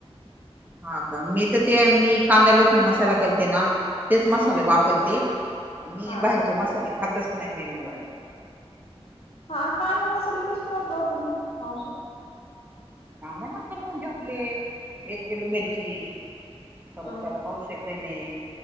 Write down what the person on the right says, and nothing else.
हा का मी तर ते मी कांदा्या लसून मसाला करते ना तेच मसाले
वापरते आ मी
बाहेरचे मसाले खातच नाही मेन मुळात
मसाला म्हणजे आपले एक किलो मिरची खरं
त्याला पाऊश णे